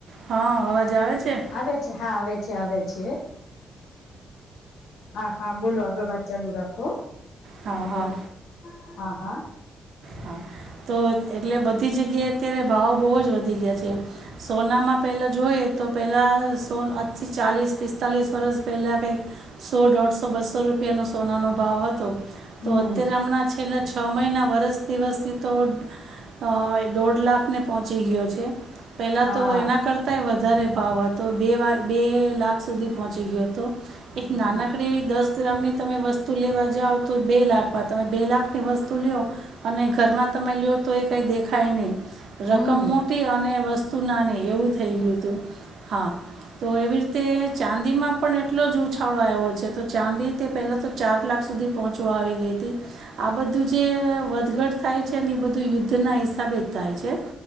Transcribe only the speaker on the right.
હ, અવાજ આવે છે ને.
હા હા
હા, તો એટલે બધી જગ્યાએ અત્યારે ભાવ બો જ વધી ગયા છે. સોનામાં પહેલા જોઈએ તો, પહેલા સો આથી ચાલીસ પિસ્તાલીસ વર્ષ પહેલા, કંઈક સો, દોઢસો, બસો રૂપિયાનો સોનાનો ભાવ હતો તો
અત્યારે, હમના છેલ્લા છ છ મહિના વરસ દિવસથી તો, અ દોઢ લાખને પહોંચી ગયો છે. પેલા
તો એના કરતાંયે વધારે ભાવ હતો બે વા બે લાખ સુધી પહોંચી ગયોતો.
એક નાનકડી
એવી દસ ગ્રામની તમે વસ્તુ લેવા જાવ. તો બે લાખમાં તમે બે લાખની વસ્તુ લયો અને ઘરમાં તમે લયો તો એ કંઈ દેખાય નહીં.. રકમ
મોટી અને વસ્તુ નાની એવું થઈ ગયુંતું હા. તો એવી રીતે ચાંદીમાં પણ એટલો જ ઉછાળો આવ્યો છે. તો ચાંદી તે પહેલા તો ચાર લાખ સુધી. પહોંચવા આવી ગઈ તી આ બધું જે વધઘટ થાય છે ને એ બધું યુદ્ધના હિસાબે જ થાય છે.